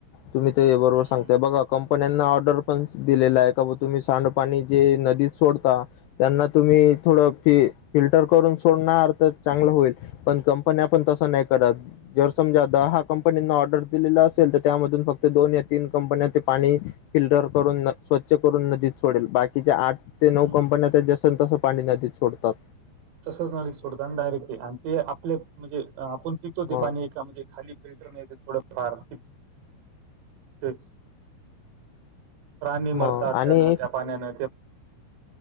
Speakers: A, on the left (about 80°); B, on the right (about 80°).
A: तुम्ही ते बरोबर
B: हं.
A: सांगता बघा कं पन्याना ऑर्डर पणस दिलेला आहे का, बा तुम्ही सांडपाणी जे नदीत सोडता त्यांना तुम्ही थोडं फि फिल्टर करून सोडणार तर चांगलं होईल. पण कंपन्या पण तस नाही करत जर समजा आता हा कंपनीना ऑ र्डर दिलेला असेल तर त्यामधून फक्त दोन या तीन कंपन्या ते पाणी फिल्टर करून नक स्वच्छ करून नदीत सोडेल बाकीच्या आठ ते नऊ
B: हं.
A: कंपन्या ते जसन तसं पाणी नदीत सोडतात.
B: तसंच आणि सोडतान डायरेक्ट ते आणि ते आपले म्हणजे आपण पितो ते
A: मग
B: पाणी एका म्हणजे खाली फिल्टर नेते थोड फार तेच प्राणी मरतात
A: मग आणि
B: त्यान त्या पाण्यान ते